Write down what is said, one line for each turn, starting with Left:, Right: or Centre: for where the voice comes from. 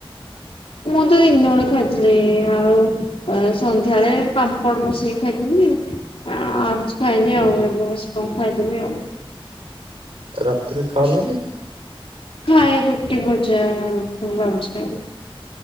Left: ମୁଁ ତ ଇନବେଳେ ଖାଇଥିଲି, ଆଉ ସନ୍ଧ୍ୟାଏଳେ ପାମ୍ପଡ଼ ବସିକି ଖାଇଥିଲି। ଆଉ କିଛି ଖାଇନି ଆଉ, ଏବେ ବସି କଁ ଖାଇଦେବି ଆଉ।
Right: ରାତିରେ ଖାଅନି କି?
Left: ଖାଏ ରୁଟି ଭଜା, ଖୁମ୍ବ ଆଳୁ ମସଲା।